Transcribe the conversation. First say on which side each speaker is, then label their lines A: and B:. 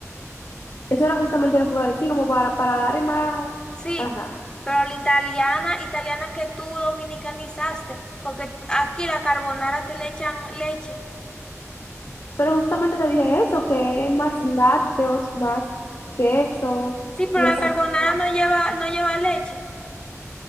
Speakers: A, on the left; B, on the left.
A: Eso era justamente lo que iba a decir, como para, para dar más.
B: Sí,
A: Ajá.
B: pero la italiana, italiana que tú dominicanizaste, porque aquí la carbonara te le echan leche.
A: Pero justamente te dije eso, que es más lácteos, más queso
B: Sí, pero
A: y
B: la
A: eso.
B: carbonara no lleva, no lleva leche,